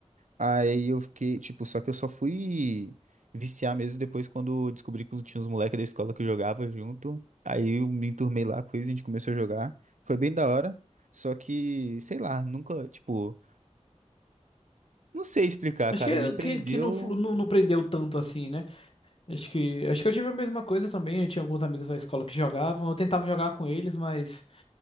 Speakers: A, on the right (about 85°); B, on the left (about 50°).
A: Aí eu fiquei, tipo, só que eu só fui viciar mesmo depois quando descobri que tinha uns moleques da escola que eu jogava junto. Aí eu me enturmei lá, coisa, a gente começou a jogar. Foi bem da hora, só que, sei lá, nunca, tipo, não sei explicar,
B: Acho
A: cara,
B: que,
A: me prendeu.
B: que, que não, flu- não, não prendeu tanto assim, né? Acho que, acho que eu tive a mesma coisa também. Eu tinha alguns amigos da escola que jogavam. Eu tentava jogar com eles, mas